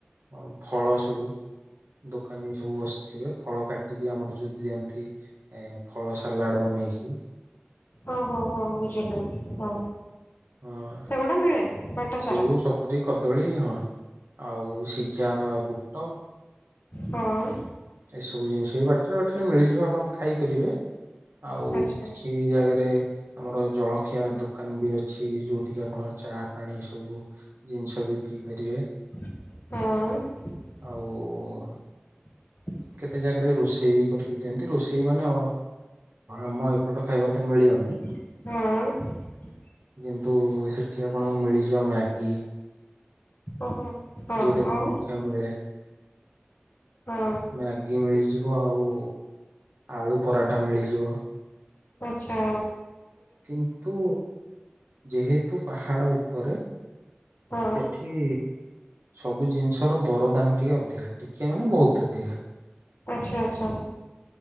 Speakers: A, on the right; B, on the left.
A: ଅ ଫଳ ସବୁ ଦୋ ଏମିତି ସବୁ ବସିଥିବେ ଫଳ କାଟିକି ଆମର ଯଉ ଦିଅନ୍ତି ଏ ଫଳ ସାଲାଡ ବନେଇକି।
B: ଓଃ ହୋ ହୋ ହଁ ବୁଝିଲୁ ହଁ
A: ହଁ
B: ସେଗୁଟା ମିଳେ। ବାଟ
A: ସେଉ,
B: ସାରା
A: ସପୁରୀ, କଦଳୀ ହଁ ଆଉ ସିଝା ବୁଟ।
B: ହଁ,
A: ଏଇସବୁ ଜିନିଷ ବି ବାଟରେ ବାଟରେ ମିଳିଯିବ ଆପଣ ଖାଇପାରିବେ। ଆଉ
B: ଆଚ୍ଛା
A: କିଛି ଜାଗାରେ ଆମର ଜଳଖିଆ ଦୋକାନ ବି ଅଛି। ଯୋଉଠିକି ଆପଣ ଚା ପାଣି ସବୁ ଜିନିଷ ବି। କି କରିବେ?
B: ହୁଁ।
A: ହୋଉ ଆ।
B: <unintelligible>
A: କେତେ ଜାଗାରେ ରୋଷେଇ ବି କରିକି ଦିଅନ୍ତି। ରୋଷେଇ ମାନେ ଆମ ଏପଟ ଖାଇବା ତ ମିଳିବନି।
B: ହୁଁ।
A: କିନ୍ତୁ ସେଠି ଆପଣଙ୍କୁ ମିଳିଯିବ ମ୍ୟାଗି।
B: ଓହୋ। ହଁ
A: ଯେଉଟକ
B: ଆଉ
A: ମୁଖ୍ୟ ମୁଖେଲିଆ।
B: ହଁ
A: ମ୍ୟାଗି ମିଳିଯିବ ଆଉ। ଆଳୁ ପରରାଟା ମିଳିଯିବ।
B: ଆଛା।
A: କିନ୍ତୁ ଯେହେତୁ ତୁ ପାହାଡ ଉପରେ
B: ହଁ
A: ସେଠି ସବୁ ଜିନିଷର ଦର ଦାମ ଟିକେ ଅଧିକା। ଟିକିଏ ମାନେ ବହୁତ ଅଧିକା।
B: ଆଛା ଆଛା